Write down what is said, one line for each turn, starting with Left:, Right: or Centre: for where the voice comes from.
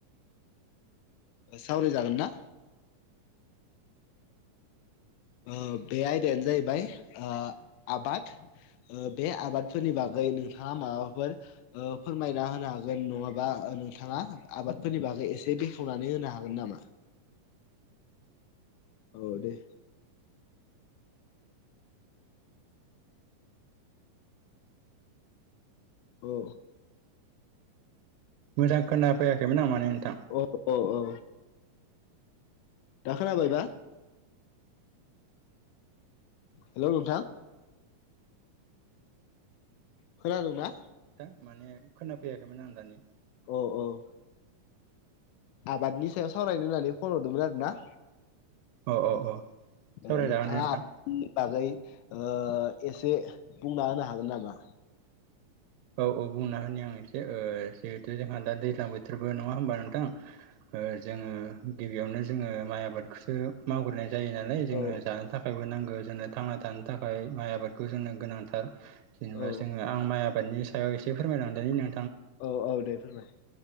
Left: सावराय जागोन ना। ओ बे आयदायानो जाहैबाय ओ आबाद ओ बे आबादफोरनि बागै नोंथाङा माबाफोर ओ फोरमायना होनो हागोन नङाबा ओ नोंथाङा आबादफोरनि बागै एसे बेखेवनानै होनो हागोन नामा? औ दे। औ
Right: मोजां खोना फैयाखैमोन आं माने नोंथां
Left: औ औ औ दा खोनाबायबा? हेलौ नोंथां। खोनादों ना
Right: दा माने खोनाफैयाखैमोन आं दानि
Left: अ औ आबादनि सायाव सावरायनो होननानै फन हरदोंमोन आरो ना।
Right: अ अ अ सावरायजागोन
Left: ओ नोंथाङा
Right: दे नोंथां
Left: नि बागै ओ एसे बुंना होनो हागोन नामा?
Right: औ औ बुंना होनि आं एसे ओ जिहेथु जोंहा दा दैज्लां बोथोरबो नङा होमबा नों थां ओ जोङो गिबियावनो जोङो माइ आबाद खौसो मावग्रोनाय जायो नालाय जोङो
Left: औ
Right: जानो थाखायबो नांगो जोंनो थांना थानो थाखाय माइ आबाद खौ जोंनो गोनांथार जेनेबा
Left: औ
Right: जोङो आं माइ आबादनि सायाव एसे फोरमायलांदोनि नों
Left: औ औ दे फोरमाय।